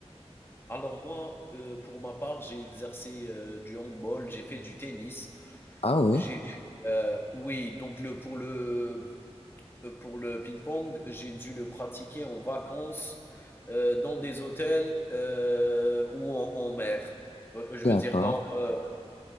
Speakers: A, on the left; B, on the left.
A: Alors moi, euh, pour ma part, j'ai exercé euh, du handball, j'ai fait du tennis,
B: Ah ouais,
A: j'ai fait, euh, oui, donc le pour le euh, pour le ping-pong, j'ai dû le pratiquer en vacances euh, dans des hôtels euh, ou en, en mer. Euh, je
B: d'accord.
A: veux dire dans euh,